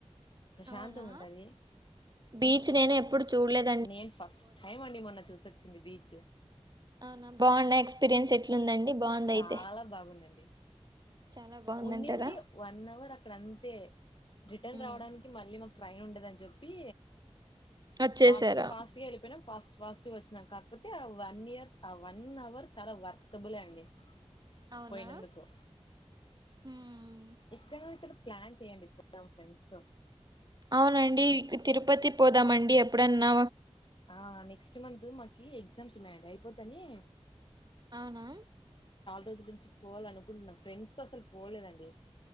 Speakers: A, on the left (about 50°); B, on the right (about 40°).
A: ప్రశాంతంగా
B: అవునా
A: ఉంటది
B: బీచ్ నేను ఎప్పుడు చూడలేదు
A: నేను ఫస్ట్ టైం అండి మొన్న చూసొచ్చింది బీచ్
B: అవునా బాగున్నా ఎక్స్పీరియన్స్ ఎట్లుందండి బాగుంది
A: చాలా
B: అయితే
A: బాగుందండి
B: చాలా బాగుందంటారా
A: ఉన్నింది వన్ అవర్ అక్కడ అంతే రిటర్న్
B: ఉమ్.
A: రావడానికి మళ్ళీ మా ట్రైన్ ఉండదని చెప్పి
B: వచ్చేసారా
A: ఫాస్ట్ ఫాస్ట్గా వెలిపోయిన ఫాస్ట్ ఫాస్ట్గ వచ్చినాం కాకపోతే ఆ వన్ ఇయర్ ఆ వన్ అవర్ చాలా వర్తబులే అండి
B: అవునా?
A: పోయినందుకు
B: ఉమ్.
A: ఇక్కడ క్కడ ప్లాన్ చెయండి పొదాం ఫ్రెండ్స్ తో
B: అవునండి తిరుపతి పోదామండి ఎప్పుడన్నా
A: ఆ నెక్స్ట్ మంత్ మాకి ఎగ్జామ్స్ ఉన్నాయండి అయిపోతాని
B: అవునా
A: రోజుల్ నుంచి పోవాల అనుకుంటున్నా ఫ్రెండ్స్ తో అసలు పోలేదండి